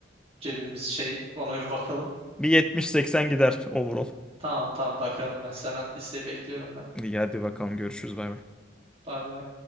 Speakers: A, on the right (about 35°); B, in the centre.
A: cebimiz şey ona bir bakalım.
B: Bir 70 seksen gider overall.
A: Tamam tamam bakarım ben. Sen at listeyi bekliyorum ben.
B: İyi hadi bakalım görüşürüz bay bay.
A: Bay bay.